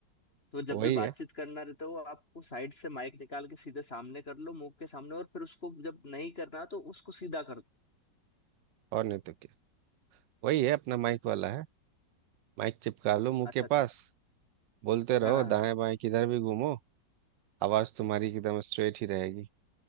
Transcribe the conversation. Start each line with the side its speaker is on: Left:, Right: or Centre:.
Left: तो जब
Right: वही
Left: भी बातचीत
Right: है
Left: करना रहता है वो आपको साइड से माइक निकाल के सीधे सामने कर लो मुंह के सामने और फिर उसको जब नहीं करना तो उसको सीधा कर दो
Right: और नहीं तो क्या वही है अपना माइक वाला है माइक चिपका लो मुंह
Left: अच्छा
Right: के
Left: अच्छा
Right: पास बोलते रहो
Left: हाँ हाँ,
Right: दाएं बाएं किधर भी घूमो आवाज तुम्हारी एकदम स्ट्रेट ही रहेगी